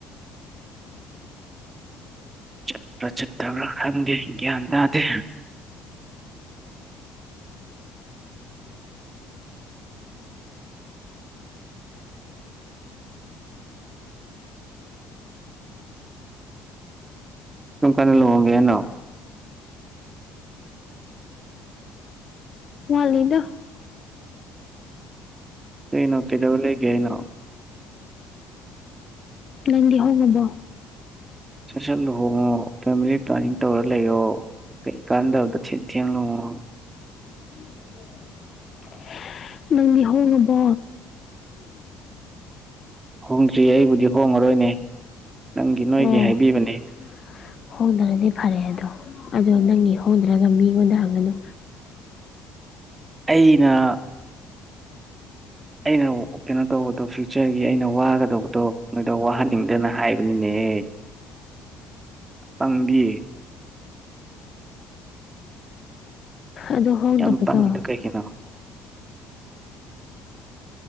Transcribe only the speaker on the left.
ꯋꯥꯠꯂꯤꯗ
ꯅꯗꯤ ꯍꯣꯡꯉꯕꯣ
<inaudible> ꯅꯪꯗꯤ ꯍꯣꯡꯉꯕꯣ
ꯑꯣ
<unintelligible> ꯍꯣꯡꯗ꯭ꯔꯗꯤ ꯐꯔꯦ ꯑꯗꯣ ꯑꯗꯣ ꯅꯪꯒꯤ ꯍꯣꯡꯗ꯭ꯔꯒ ꯃꯤꯉꯣꯟꯗ ꯍꯪꯒꯅꯨ
ꯑꯗꯣ ꯍꯣꯡꯗꯕꯗꯣ